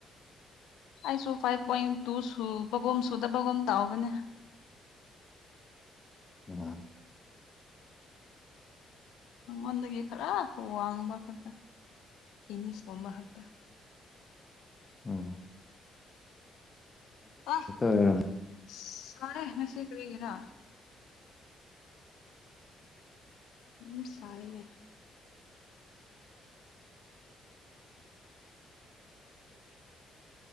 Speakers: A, on the left (about 80°); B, on the left (about 25°).
A: ꯑꯁꯨ ꯐꯥꯏꯚ ꯄꯣꯏꯟ ꯇꯨ ꯁꯨꯕꯒꯣꯝ ꯁꯨꯗꯕꯒꯣꯝ ꯇꯥꯛꯕꯅꯦ
B: ꯎꯝ
A: ꯃꯉꯣꯟꯗꯒꯤ ꯈꯔ ꯋꯥꯡꯕ ꯈꯛꯇ ꯏꯅꯤꯁꯀꯕ ꯈꯛꯇ
B: ꯑꯝ
A: ꯑ
B: ꯑꯣꯏꯔꯝꯅꯦ
A: ꯁꯥꯏꯦ ꯅꯁꯤꯦ ꯀꯔꯒꯔꯥ ꯎ ꯁꯥꯏꯅꯦ